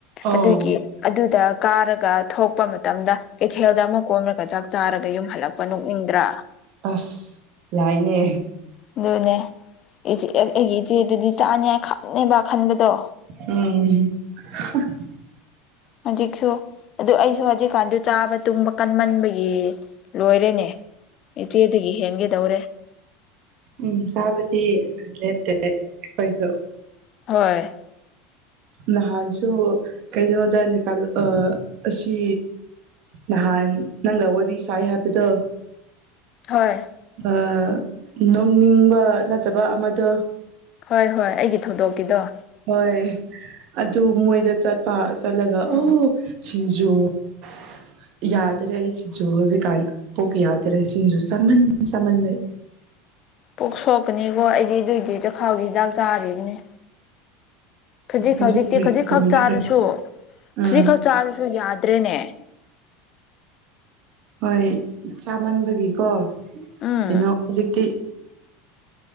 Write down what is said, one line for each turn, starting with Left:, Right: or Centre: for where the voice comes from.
Right: ꯑꯣ
Left: ꯑꯗꯨꯒꯤ ꯑꯗꯨꯗ ꯀꯥꯔꯒ ꯊꯣꯛꯄ ꯃꯇꯝꯗ ꯀꯩꯊꯦꯜꯗ ꯑꯃꯨꯛ ꯀꯨꯝꯔꯒ ꯆꯥꯛ ꯆꯥꯔꯒ ꯑꯃꯨꯛ ꯌꯨꯝ ꯍꯜꯂꯛꯄ ꯅꯣꯛꯅꯤꯡꯗ꯭ꯔꯥ
Right: ꯑꯁ ꯌꯥꯏꯅꯦ
Left: ꯑꯗꯨꯅꯦ <unintelligible> ꯑꯩꯒꯤ ꯏꯆꯦꯗꯨꯗꯤ ꯆꯥꯅꯤꯉꯥꯏ ꯈꯪꯉꯦꯕ ꯈꯟꯕꯗꯣ
Right: ꯎꯨꯝ <unintelligible>
Left: ꯍꯧꯖꯤꯛꯁꯨ ꯑꯗꯨ ꯑꯩꯁꯨ ꯍꯧꯖꯤꯛꯀꯥꯟꯗꯨ ꯆꯥꯕ ꯇꯨꯝꯕ ꯀꯟꯃꯟꯕꯩ ꯑꯦ ꯂꯣꯏꯔꯦꯅꯦ ꯏꯆꯦꯗꯒꯤ ꯍꯦꯟꯒꯗꯧꯔꯦ꯫
Right: ꯎꯝ ꯆꯕꯗꯤ ꯂꯦꯞꯇꯦ ꯈꯣꯏꯖꯨ꯫
Left: ꯍꯣꯏ꯫
Right: ꯅꯍꯥꯟꯁꯨ ꯀꯩꯅꯣꯗ <unintelligible> ꯑꯥ ꯑꯁꯤ ꯅꯍꯥꯟ ꯅꯪꯒ ꯋꯥꯔꯤ ꯁꯥꯏ ꯍꯥꯏꯕꯗꯣ
Left: ꯍꯣꯏ
Right: ꯑ ꯅꯣꯡꯅꯤꯡꯕ ꯅꯠꯇꯕ ꯑꯃꯗꯣ꯫
Left: ꯍꯣꯏ ꯍꯣꯏ ꯑꯩꯒꯤ ꯊꯧꯗꯣꯛꯀꯤꯗꯣ꯫
Right: ꯍꯣꯏ ꯑꯗꯨ ꯃꯣꯏꯗ ꯆꯠꯄ ꯆꯠꯂꯒ
Left: ꯎꯝ
Right: ꯑꯣ <inaudible> ꯌꯥꯗ꯭ꯔꯦ ꯑꯩ ꯁꯤꯡꯖꯨ ꯍꯧꯖꯤꯛꯀꯥꯟ ꯀꯣꯛ ꯌꯥꯗ꯭ꯔꯦ ꯁꯤꯡꯖꯨ ꯆꯃꯟ ꯆꯃꯟꯕꯩ꯫
Left: ꯄꯨꯛ ꯁꯣꯛꯀꯅꯤꯀꯣ ꯑꯩꯗꯤ ꯑꯗꯨꯏꯗꯤ ꯆꯈꯥꯎꯒꯤ ꯍꯤꯗꯥꯛ ꯆꯥꯔꯤꯕꯅꯤ꯫ ꯈꯖꯤꯛ
Right: ꯑꯩꯁꯨ
Left: ꯈꯖꯤꯛꯇꯤ
Right: ꯄꯨꯔꯤ
Left: ꯈꯖꯤꯛꯈꯛ
Right: ꯄꯨꯔꯤꯒ
Left: ꯆꯥꯔꯁꯨ
Right: ꯆꯥꯏ ꯎꯝ
Left: ꯈꯖꯤꯛꯈꯛ ꯆꯥꯔꯁꯨ ꯌꯥꯗ꯭ꯔꯦꯅꯦ꯫
Right: ꯍꯣꯏ ꯆꯥꯃꯟꯕꯒꯤꯀꯣ
Left: ꯎꯝ
Right: ꯀꯩꯅꯣ ꯍꯧꯖꯤꯛꯇꯤ